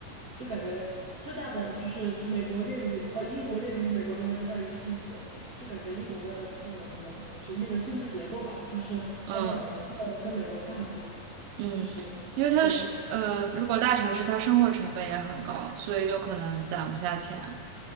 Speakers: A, on the right; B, on the right.
A: 就感觉最大的就是美国劣于呃英国劣于美国的地方就在于薪资，就感觉英国的那种什么整体的薪资结构吧，就是相对而言真的跟美国差很多，
B: 嗯嗯，
A: 就是。
B: 因为他是呃，
A: 对。
B: 如果大城市它生活成本也很高，所以就可能攒不下钱，